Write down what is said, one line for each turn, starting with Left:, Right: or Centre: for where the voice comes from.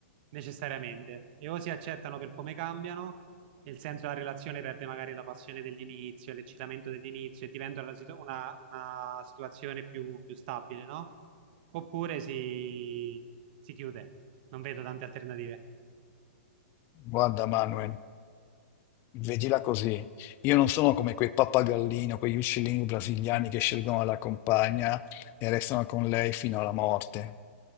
Right: necessariamente e o si accettano per come cambiano, nel senso la relazione perde magari la passione dell'inizio, l'eccitamento dell'inizio e diventa una, situ- una- una situazione più, più stabile, no? Oppure si, si chiude. Non vedo tante alternative.
Left: Guarda Manuel, vedila così. Io non sono come quei pappagallini o quegli uccellini brasiliani che scelgono la compagna e restano con lei fino alla morte.